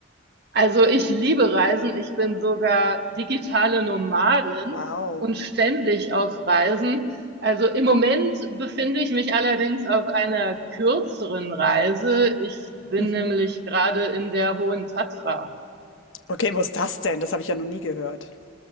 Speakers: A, on the right; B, on the left.
A: Also ich liebe Reisen. Ich bin sogar digitale Nomadin
B: Wow.
A: und ständig auf Reisen. Also im Moment befinde ich mich allerdings auf einer kürzeren Reise. Ich bin
B: Mhm.
A: nämlich gerade in der Hohen Tatra.
B: Okay, wo ist das denn? Das habe ich ja noch nie gehört.